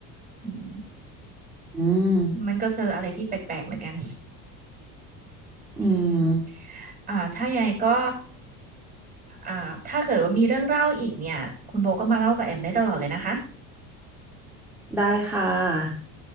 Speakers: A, on the right (about 20°); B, in the centre.
A: อืม
B: อืม
A: มันก็เจออะไรที่แปลกๆเหมือนกัน <laughs> อืม
B: อืม
A: อ่าถ้ายังไงก็อ่าถ้าเกิดว่ามีเรื่องเล่าอีกเนี่ยคุณโบก็มาเล่ากับแอมได้ตลอดเลยนะคะ
B: ได้ค่ะ